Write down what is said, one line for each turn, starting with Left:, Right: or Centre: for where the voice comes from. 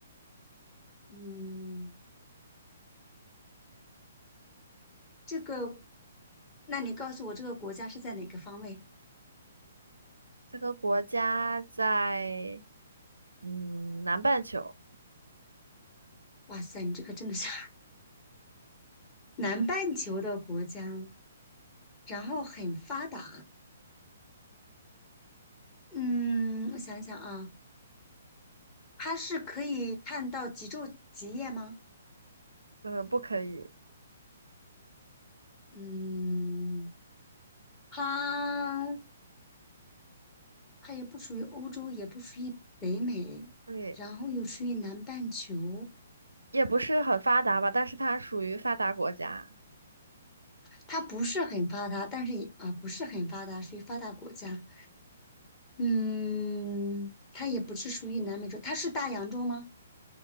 Left: 嗯，这个，那你告诉我这个国家是在哪个方位？
Right: 这个国家在嗯南半球，
Left: 哇塞，你这个真的是 <laughs> 南半球的国家，然后很发达。嗯，我想一想啊，它是可以看到极昼极夜吗？
Right: 呃，不可以，
Left: 嗯，它它也不属于欧洲，也不属于北美，
Right: 对。
Left: 然后又属于南半球。
Right: 也不是很发达吧，但是它属于发达国家。
Left: 它不是很发达，但是也啊不是很发达，属于发达国家。嗯，它也不是属于南美洲，它是大洋洲吗？